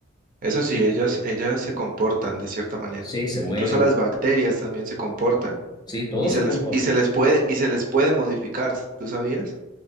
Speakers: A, on the right (about 45°); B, on the left (about 20°).
A: eso sí, ellas, ellas se comportan de cierta manera.
B: Sí, se mueven,
A: Incluso las bacterias también se comportan
B: sí, todo
A: y
B: se
A: se les,
B: comporta.
A: y se les puede, y se les puede modificar, ¿tú sabías?